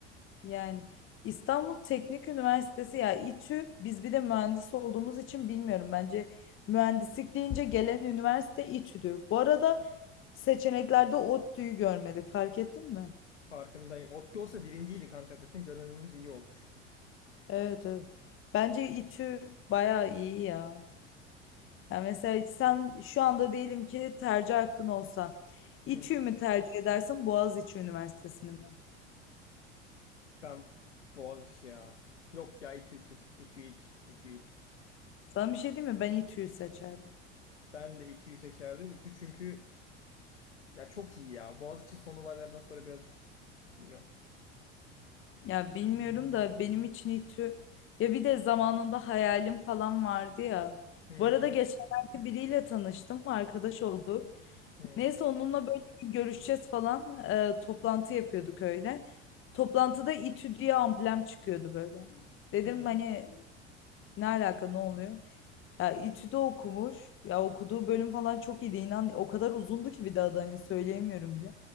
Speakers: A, on the left; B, on the left.
A: Yani İstanbul Teknik Üniversitesi ya İTÜ biz bir de mühendis olduğumuz için bilmiyorum. Bence mühendislik deyince gelen üniversite İTÜ'dür. Bu arada seçeneklerde ODTÜ'yü görmedik fark ettin mi?
B: Farkındayım. Otti olsa birinciydi kanka zaten görmememiz iyi olmuş.
A: Evet evet. Bence İTÜ bayağı iyi ya. Yani mesela sen şu anda diyelim ki tercih hakkın olsa İTÜ'yü
B: Hı.
A: mü tercih edersin Boğaziçi Üniversitesi'ni mi?
B: Ben Boğaziçi ya. Yok ya İTÜ İTÜ. İTÜ iyidir. İTÜ iyidir.
A: Sana bir şey diyeyim mi? Ben İTÜ'yü seçerdim.
B: Ben de İTÜ'yü seçerdim. İTÜ çünkü ya çok iyi ya. Boğaziçi son olaylardan sonra birazcık bilmiyorum.
A: Ya bilmiyorum da benim için İTÜ ya bir de zamanında hayalim falan vardı ya.
B: Hı
A: Bu
B: hı.
A: arada geçenlerde biriyle tanıştım, arkadaş olduk.
B: Hı.
A: Neyse onunla böyle bir görüşeceğiz falan e, toplantı yapıyorduk öyle. Toplantıda İTÜ diye amblem çıkıyordu böyle. Dedim
B: Hı,
A: hani ne alaka ne oluyor? Ya İTÜ'de okumuş. Ya okuduğu bölüm falan çok iyiydi. İnan o kadar uzundu ki bir daha da hani söyleyemiyorum bile.